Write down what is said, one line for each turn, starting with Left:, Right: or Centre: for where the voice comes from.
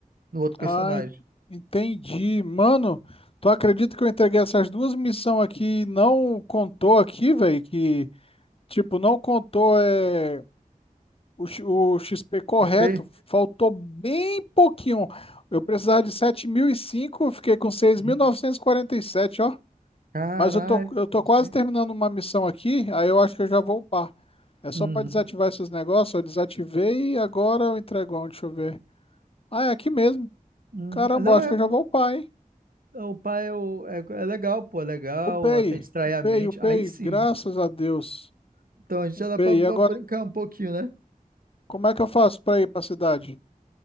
Right: no outro personagem.
Left: Ah, en- entendi. Mano, tu acredita que eu entreguei essas duas missões aqui e não contou aqui, velho? Que, tipo, não contou é, o, X- o XP correto.
Right: XP?
Left: Faltou bem pouquinho. Eu precisava de 7.005, eu fiquei com seis
Right: Uhum.
Left: mil novecentos e e quarenta e sete, ó.
Right: Caralho.
Left: Mas eu tô, eu tô
Right: gente.
Left: quase terminando uma missão aqui, aí eu acho que eu já vou upar. É só
Right: Uhum.
Left: pra desativar esses negócios, eu desativei e agora eu entrego onde? Deixa eu ver. Ah, é aqui mesmo.
Right: Uhum.
Left: Caramba,
Right: Ah, Não,
Left: acho
Right: é,
Left: que
Right: é,
Left: eu já vou upar, hein?
Right: o pai é, o- é, é legal, pô, é legal,
Left: Upei,
Right: até distrai
Left: upei,
Right: a mente.
Left: upei,
Right: Aí sim.
Left: graças a Deus.
Right: Então a gente
Left: Upei.
Right: já dá pra, pra
Left: E agora,
Right: brincar um pouquinho, né?
Left: como é que eu faço para ir para a cidade?